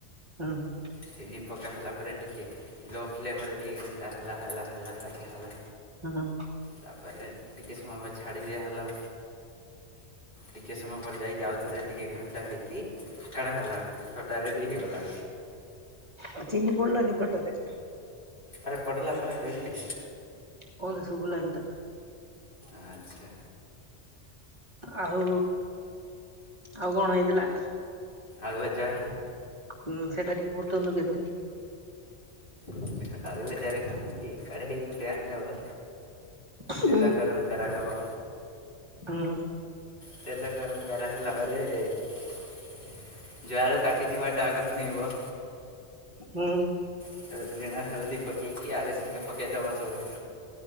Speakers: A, on the right; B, on the left.
A: ହୁଁ
B: ଚିନି ପକା ହେଲା ପରେ ଟିକେ ଲୋ ଫ୍ଲେମରେ ଟିକେ ଘାଣ୍ଟା ହେଲା ହେଲା ହେଲା ହେଲା ହେଲା।
A: ହଁ।
B: ତାପରେ ଟିକେ ସମୟ ବା ଛାଡ଼ି ଦିଆହେଲା। ଟିକେ ସମୟ ପରେ ଯାଇକି ଆଉଥରେ ଟିକେ ଘାଣ୍ଟା ହେଇକି କାଢ଼ା ହେଲା। ଖଟା ରେଡି ହେଇଗଲା।
A: ଆଉ ଚିନି ପଡ଼ିଲାନି ଖଟାରେ।
B: ଆରେ ପଡ଼ିଲା ପରା କହିଲି।
A: କୋଉଠି ସୁଭିଲାନି ତ।
B: ଆଚ୍ଛା।
A: ଆଉ ଆଉ କଣ ହେଇଥିଲା?
B: ଆଳୁ ଭଜା।
A: ହୁଁ ସେଟା ଟିକେ ବହୁତନ୍ତୁ କେମିତି?
B: ଦେଖ ଆଳୁ ଭଜାରେ କଣ କି କଢ଼େଇ ଗୋଟେ ଆଣିବ
A: ହୁଁ
B: ତେଲ ଗରମ କରା ହେବ।
A: ହୁଁ।
B: ତେଲ ଗରମ କରା ହେଲା ପରେ ଯୋଉ ଆଳୁ କାଟିଥିବା ତା ଆଗ ଧୋଇବ।
A: ହୁଁ।
B: ତାପରେ ଲୁଣ ହଳଦୀ ପକେଇକି ଆଳୁ ସାଙ୍ଗେ ପକାଇଦେବା ସବୁ।